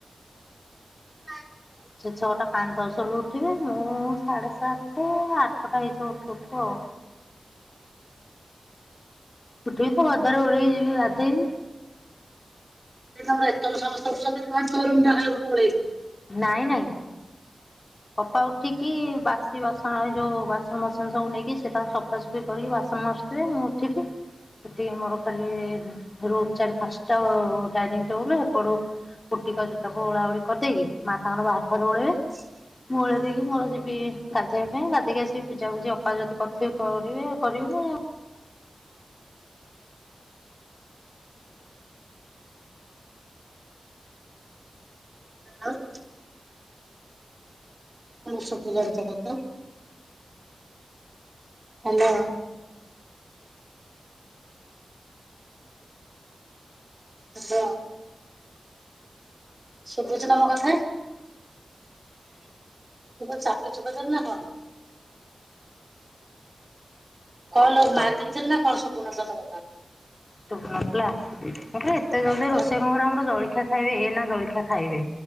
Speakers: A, on the right; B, on the left.
A: ହଁ।
B: ସେ ଛଅଟା ପାଞ୍ଚ ଦଶହଳୁ ଉଠିବେ ମୁଁ ସାଢ଼େ ସାତଟ ଆଠଟା ହେଇଯିବ ଉଠୁଉଠୁ ଆଉ। ଉଠିବେତ। ଘରଦ୍ୱାର। ଓଳିଇକିଯିବି ଗାଧୋଇବି।
A: <unintelligible>
B: ନାଇଁ ନାଇଁ। ଅପା ଉଠିକି ବାଥ୍ ସେ ବାସନରେ ଯୋଉ ବାସନ ମସନ ସବୁ ନେଇକି ସେ ତାଙ୍କୁ ସଫାସଫା କରିକି ବାସନ ମଜୁଥିବେ ମୁଁ ଉଠିବି ସେଠି ମୋର ଖାଲି ରୁମ ଚାରି ଫଞ୍ଚଟା ଡାଇନିଂ ଟେବୁଲ ଏପଟୁ କୁଟିକ ଯେତକୁ ଓଳାଉଳି କରିଦେଇକି ମା ତାଙ୍କର ବାହାରାରେ ଫାରୁ ଓଳେଇବେ
A: ହ <inaudible>
B: ମୁୂଳେ ଦେଇକି ମୂଳ ଯିବି ଗାଧୋଇବା ପାଇଁ ଗାଧୋଇକି ଆସିକି ପୂଜାୂୁଜି ଅପାର ଯଦି କରିଥିବେ କରିବେ କରିବେ ନା।
A: ନଇଛି। କଷ ପଜାରଥିଲା <unintelligible> ହାଲୋ।। ହାଲୋ। ଶୁଭୁଚି ନା ମୋ କଥା? ତୁ କଅଁ ଚାପି ଚୁପା ଦେଲୁନା କଣ? କଣ ଲୋ ମାରିଦେଇଥିଲେ
B: ନା
A: ନା କଣ <unintelligible>
B: ସୁବୁ ନଥିଲା ମୁଁ କଇଲି ଏତେ
A: ବାପରା
B: ଜଲଦି ରୋଷେଇ ଆମର ଆମର ଜଳଖିଆ ଖାଇବେ ଏଇନା ଜଳଖିଆ ଖାଇବେ।